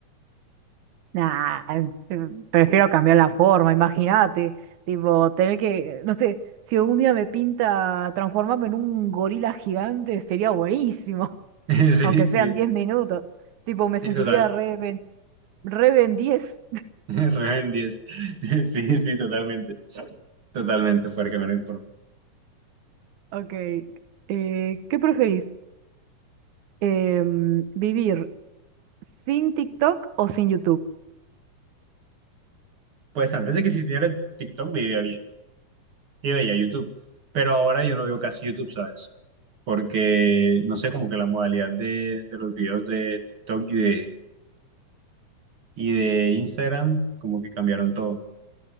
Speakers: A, on the right; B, on the right.
A: Nah, es- eh, prefiero cambiar la forma, imagínate. Tipo, tener que, no sé, si algún día me pinta transformarme en un gorila gigante, sería buenísimo,
B: <laughs>
A: <laughs>
B: Sí,
A: aunque
B: sí,
A: sean
B: sí,
A: 10 minutos. Tipo, me sentiría
B: sí, total.
A: re, ben- re Ben 10.
B: <laughs> Re en 10. <laughs> Sí, sí, totalmente. Totalmente, poder cambiar mi forma.
A: Ok. eh, ¿qué preferís? em, vivir sin TikTok o sin YouTube.
B: Pues antes de que existiera TikTok, vivía bien. y veía YouTube. Pero ahora yo no veo casi YouTube, ¿sabes? Porque, no sé, como que la modalidad de, de los videos de TikTok y de, y de Instagram, como que cambiaron todo.